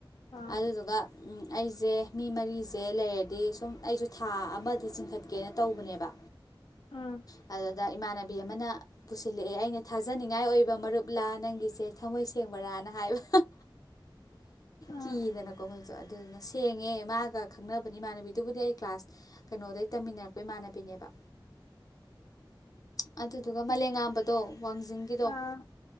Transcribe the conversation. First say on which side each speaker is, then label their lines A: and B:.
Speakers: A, on the left (about 90°); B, on the left (about 45°).
A: ꯑꯥ
B: ꯑꯗꯨꯗꯨꯒ ꯑꯩꯁꯦ ꯃꯤ ꯃꯔꯤꯁꯦ ꯂꯩꯔꯗꯤ ꯑꯗꯤ ꯁꯨꯝ ꯑꯩꯁꯨ ꯊꯥ ꯑꯃꯗꯤ ꯆꯤꯡꯈꯠꯀꯦꯅ ꯇꯧꯕꯅꯦꯕ
A: ꯎꯝ
B: ꯑꯗꯨꯗ ꯏꯃꯥꯟꯅꯕꯤ ꯑꯃꯅ ꯄꯨꯁꯤꯜꯂꯛꯑꯦ ꯑꯩꯅ ꯊꯥꯖꯅꯤꯡꯉꯥꯏ ꯑꯣꯏꯕ ꯃꯔꯨꯞꯂꯥ ꯅꯪꯒꯤꯁꯦ ꯊꯝꯃꯣꯏ ꯁꯦꯡꯕꯔꯥꯅ ꯍꯥꯏꯕ
A: ꯑꯥ
B: ꯀꯤꯗꯅꯀꯣ ꯑꯩꯈꯣꯏꯁꯨ ꯑꯗꯨꯗꯨꯅ ꯁꯦꯡꯉꯦ ꯃꯥꯒ ꯈꯪꯅꯕꯅꯤ ꯏꯃꯥꯟꯅꯕꯤꯗꯨꯕꯨꯗꯤ ꯑꯩ ꯀ꯭ꯂꯥꯁ ꯀꯩꯅꯣꯗꯒꯤꯩ ꯇꯝꯃꯤꯟꯅꯔꯛꯄ ꯏꯃꯥꯟꯅꯕꯤ ꯕꯤꯅꯦꯕ ꯑꯗꯨꯗꯨꯒ ꯃꯂꯉꯥꯝꯕꯗꯣ ꯋꯥꯡꯖꯤꯡꯒꯤꯗꯣ
A: ꯑꯥ